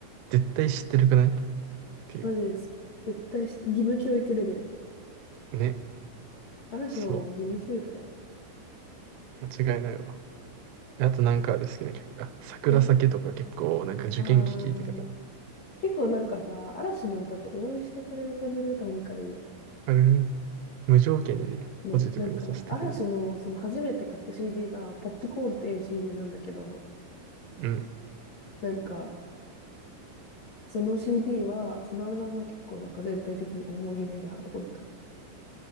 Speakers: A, on the right (about 85°); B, on the left (about 65°).
A: 絶対知ってるくないっていう。
B: マジでそう。絶対して、義務教育レベル。
A: ね。
B: 嵐はもう義務教育だよね。
A: そう。間違いないわ。あとなんかある好きな曲。あ、桜酒とか結構なんか受験期聞いてたから。
B: え、あー。結構なんかさ、嵐の歌って応援してくれる感じの歌多いからいいよね。
A: あれ、無条件にね、
B: ね、
A: ポジティブにさせてくれる。
B: なんか、嵐のその初めて買った CD が、ポップコーンっていう CD なんだけど、
A: うん。
B: なんか、その CD は、そのアルバムは結構なんか全体的に思い入れが多いかも。